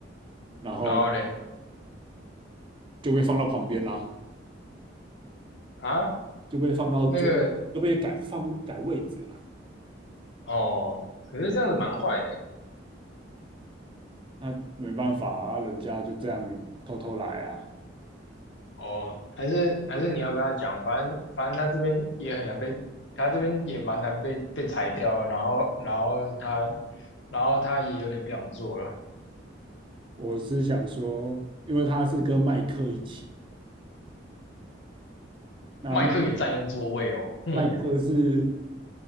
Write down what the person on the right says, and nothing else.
然后
就被放到旁边啦，
就被放到桌，
就被改放改位置啦。
那没办法啊，人家就这样偷偷来啊。
我是想说，因为他是跟麦克一起，那麦
麦克是